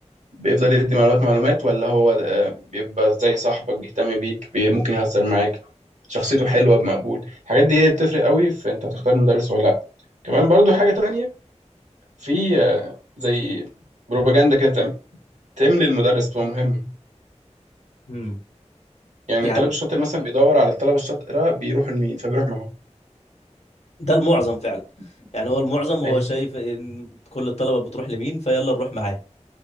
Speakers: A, on the right; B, on the left.
A: بيفضل يدي معلومات معلومات ولا هو آه، بيبقى زي صاحبك بيهتم بيك بي- ممكن يهزر معاك شخصيته حلوة بمقبول الحاجات دي هي بتفرق قوي في انت هتختار المدرس ولا لا كمان برضو حاجة تانية في آه، زي بروباجندا كده بتعمل تعمل للمدرس بتبقى مهم
B: امم
A: يعني
B: يعني
A: الطالب الشاطر مثلا بيدور على الطلبة الشاطرة بيروحوا لمين فبيروح معاهم
B: ده المعظم فعلا يعني هو المعظم هو
A: ايوه
B: شايف ان كل الطلبه بتروح لمين فيلا نروح معاه